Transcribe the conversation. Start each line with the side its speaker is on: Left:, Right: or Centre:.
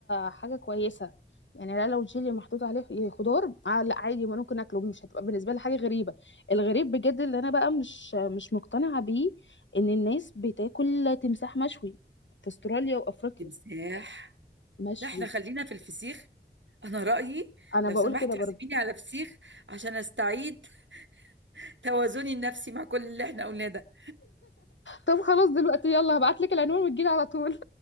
Left: حاجة كويسة يعني لا لو جيلي محطوط عليه خضار آه لا عادي ما ممكن اكله مش هتبقى بالنسبة لي حاجة غريبة الغريب بجد اللي انا بقى مش مش مقتنعة بيه ان الناس بتاكل تمساح مشوي في استراليا وافريقيا
Right: تمساح
Left: مشوي
Right: لا احنا خلينا في الفسيخ انا رايي
Left: انا
Right: لو
Left: بقول
Right: سمحت
Left: كده برضه
Right: اعزميني على فسيخ عشان استعيد <laughs> توازني النفسي مع كل اللي احنا قلناه ده
Left: طب خلاص دلوقتي يلا هبعت لك العنوان وتجيلي على طول